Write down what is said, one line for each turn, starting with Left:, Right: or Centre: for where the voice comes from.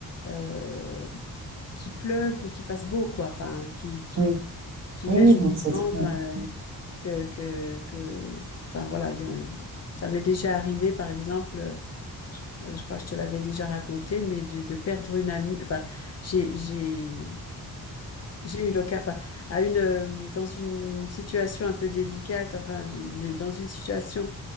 Left: euh, qu'il pleuve ou qu'il fasse beau, quoi. Enfin, qui, qui,
Right: oui.
Left: qu'il
Right: Oui,
Left: neige
Right: oui,
Left: ou
Right: non,
Left: qu'il
Right: c'est
Left: vente,
Right: très important.
Left: euh, que, que, que, enfin voilà, il y a- il- ça m'est déjà arrivé, par exemple, je, euh, je crois que je te l'avais déjà raconté, mais de, de perdre une amie, enfin, j'ai, j'ai, j'ai eu l'occasion, enfin, à une, euh, dans une situation un peu délicate, enfin, d'une- dans une situation